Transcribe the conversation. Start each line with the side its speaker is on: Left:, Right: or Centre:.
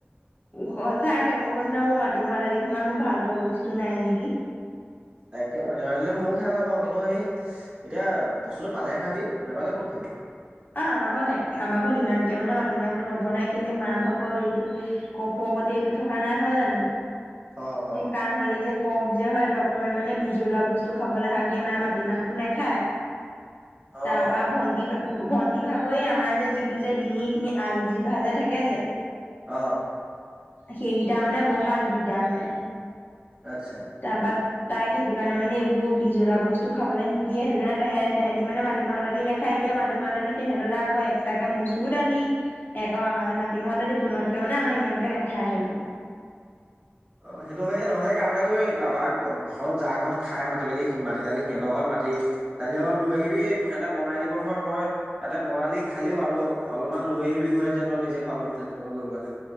Left: উ, সঁচাকে, মই কৈছো নহয় মোৰ মাটিমাহৰ দালিসমান মোৰ ভাল পোৱা বস্তু নাই নেকি।
Right: তাকে ময়ো খাই ভাল পাওঁ কিন্তু সেই এতিয়া বস্তুটো পালেহে খাবি নোপালে ক'ত খাবি।
Left: অ আমাৰ ঘৰত ন আমাৰ ঘৰত ইমানকে মানে মাটিমাহটো নবনাই কেলে মাহ ভাগৰ এইটো কফ লগতে এইটো থকা নাইহয় জানো
Right: অ', অ'।
Left: কাহ হলে যে ক। যে হয় ডক্তৰে মানে বিজলোৱা বস্তু খাবলৈ শাক দিয়ে মায়ে মাটিমাহটো নেখায়।
Right: অ',
Left: তাৰপা ভণ্টি ভণ্টি ভাগৰ এ আমাৰ যে, যিটো যে, ডিঙি এইখিনি আলজিভা যে থাকে যে
Right: আহ।
Left: সেইকেইটা মানে বহা দুইটা মানে।
Right: আচ্ছা।
Left: তাৰপা তাইক সেইটো কাৰণে মানে এইোৰ বিজলৰা বস্তু খাবলৈ নিদিয়ে সেইটো কাৰণে তাহে তেহেতি মানে মাটিমাহত দালি নেখাই দিয়া মাট। <unintelligible> দালি তেহেতলে আকৌ এক তাকে মচুৰ দালি আকৌ আমাৰে মাটিমাহৰ দালি বনোৱাতকে মানে আমাৰ ইমানকে ন <unintelligible>
Right: অ সেইটো হয়য়ে নহ'লে কামে কৰিব কাৰোবাৰ ঘৰত যা ঘৰত খাই মাটি দালি মাটি দালি সিহঁতৰ ঘৰত <unintelligible> দালি অলপ লৈ আহিবি, <unintelligible> বনাই দিব ধৰ তই তাতে বনালি খালিও আৰু অলপমান লৈ আহিবি ঘৰৰত এতিয়া তই নিজে খাবি তেনেকুৱা কৰিব লাগে।